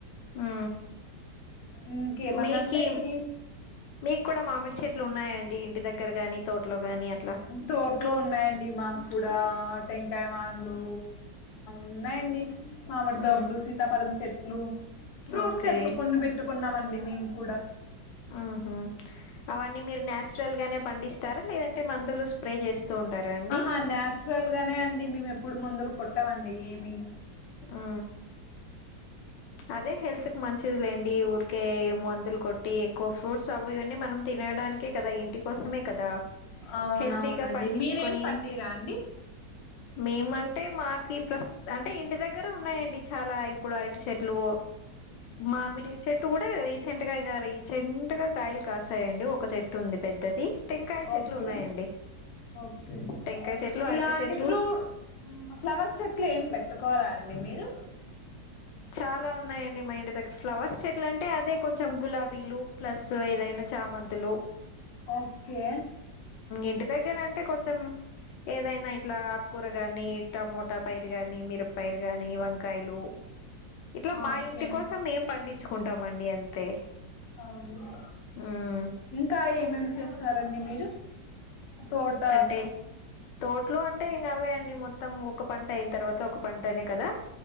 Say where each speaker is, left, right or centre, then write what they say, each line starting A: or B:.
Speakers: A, on the left (about 85°); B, on the left (about 65°).
A: ఆ
B: ఇంకేమన్నా
A: మీకి
B: అంటే
A: మీకు కూడా మామిడి చెట్లు ఉన్నాయండి ఇంటి దగ్గర గాని తోటలో గాని అట్లా
B: తోట్లో ఉన్నాయండి మాకు కూడా టెంకాయ మానలు ఉన్నాయండి మామిడితోపులు
A: ఉమ్
B: సీతాపలం చెట్లు ఫ్రూట్స్
A: ఓకే
B: చెట్లు కొన్ని పెట్టుకున్నామండి మేము కూడా
A: ఆహ అవన్నీ మీరు నాచురల్ గానే పండిస్తారా లేదంటే మందులు ప్రే చేస్తూ ఉంటారా అండి
B: ఆహా నాచురల్ గానే అండి మేము ఎప్పుడు ముందులు కొట్టమండి ఏమి
A: ఆ అదే హెల్త్ కి మంచిది లేండి ఊరికే మందులు కొట్టి ఎక్కువ ఫ్రూట్స్ అమ్మి ఇవన్నీ మనం తినడానికి కాదా ఇంటి కోసమే కాదా
B: అవునవునండి
A: హెల్తీగా పండించుకొని
B: మీరేం పండిరా అండి
A: మేము అంటే మాకు ప్రస్తుతం అంటే ఇంటి దగ్గర ఉన్నాయండి చాలా ఇప్పుడు అరటి చెట్టు ట్లు మామిడి చెట్టు కూడా రీసెంట్ గా ఇంకా రీసెంట్ గా కాయలు కాసాయండి ఒక చెట్టు ఉంది పెద్దది టెంకాయ చెట్లు
B: ఓకే
A: ఉన్నాయండి
B: ఓకే
A: టెంకాయ చెట్లు అరటి
B: ఇలాంటి
A: చెట్లు
B: ఫ్రూట్ ఫ్లవర్ చెట్లు ఏం పెట్టుకోరా అండి మీరు
A: చాలా ఉన్నాయండి మా ఇంటి దగ్గర ఫ్లవర్స్ చెట్ల అంటే అదే కొంచెం గులాబీలు ప్లస్ ఏదైనా చామంతులు
B: ఓకే
A: ఇంటి దగ్గర అంటే కొంచెం ఏదైనా ఇట్లా ఆకూర గాని ఇట్ట టమాట పైరు గాని మిరప పైరు గాని వంకాయలు ఇట్లా మా
B: ఓకే
A: ఇంటి కోసం మేం పండించుకుంటామండి అంతే
B: ఉన్న
A: మ్మ్
B: ఇంకా ఏమేమి చేస్తారండి మీరు తోట
A: అంటే తోటలో అంటే ఇంకా అవే అండి మొత్తం ఒక పంట అయిన తర్వాత ఒక పంటనే కదా